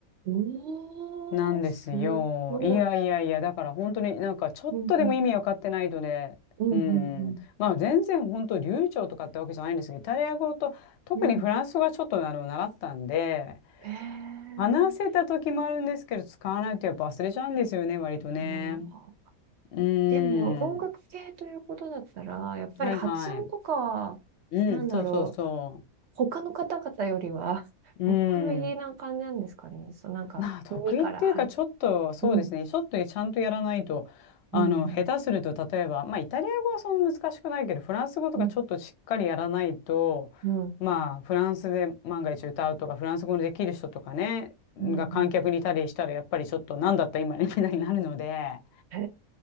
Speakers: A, on the right (about 65°); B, on the left (about 60°).
A: おー、
B: なんですよ。
A: すごい。
B: いやいやいや、だから本当になんか、ちょっとでも意味わかってないとね、
A: うんうん、うんう
B: うん、
A: ん
B: まあ全然本当流暢とかってわけじゃないんですけど、イタリア語と、特にフランス語はちょっとあの、
A: うん、うん。
B: 習ったんで、
A: へえ。
B: 話せた時もあるんですけど、使わないとやっぱ忘れちゃうんですよね、割とね。
A: あー
B: うーん。
A: でも、音楽系ということだったら、やっぱり発音とか、
B: はいはい。うん、
A: なんだろう、
B: そうそうそ
A: 他の方々よりは得意
B: う。うーん。
A: <laughs> な感じなんですかね。そう、なんか、
B: まあ、得意っていうか、
A: 耳から入る
B: ちょっと、そうですね。
A: うん、
B: ちょっとちゃんとやらないと、あの、
A: うん、う
B: 下手すると、例えば、まあ、イタリア語はそんな難しくないけど、フランス語とかちょっとしっかりやらないと、
A: ん、うん、うん、
B: まあ、フランスで万が一歌うとか、フランス語のできる人とかね、が観客にいたりしたら、
A: うん。うん
B: やっぱりちょっと、なんだった今ね、みたいになるので、
A: へ